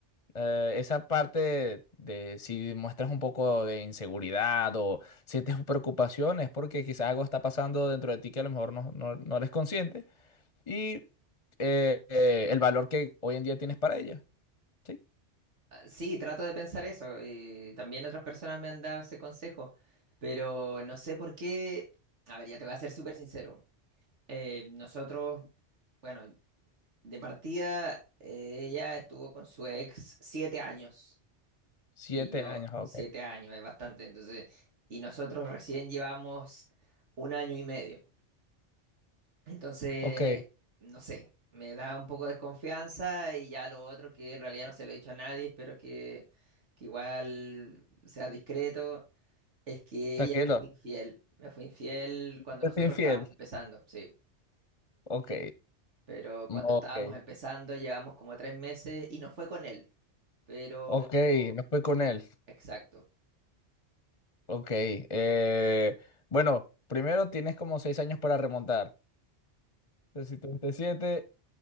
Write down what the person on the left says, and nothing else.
eh, esa parte de si muestras un poco de inseguridad o sientes preocupación es porque quizás algo está pasando dentro de ti que a lo mejor no, no, no eres consciente. Y eh, eh, el valor que hoy en día tienes para ella. ¿sí?
Siete
años, ok.
Ok.
Tranquilo,
te
fui infiel.
Ok,
ok,
ok, no fue con él.
Ok, eh, bueno, primero tienes como seis años para remontar. Entonces, si 37,